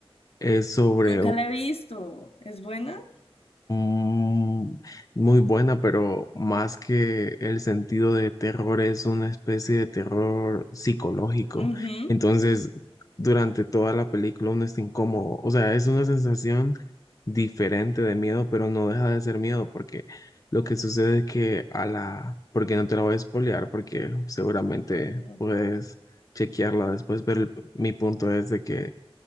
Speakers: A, on the left; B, on the left.
A: es sobre
B: Nunca la he visto, ¿es buena?
A: Mm, Muy buena, pero más que el sentido de terror es una especie de terror psicológico.
B: Ujú.
A: Entonces, durante toda la película uno está incómodo. O sea, es una sensación diferente de miedo, pero no deja de ser miedo, porque lo que sucede es que a la... Porque no te la voy a espolear, porque seguramente
B: Mm.
A: puedes chequearla después, pero el- mi punto es de que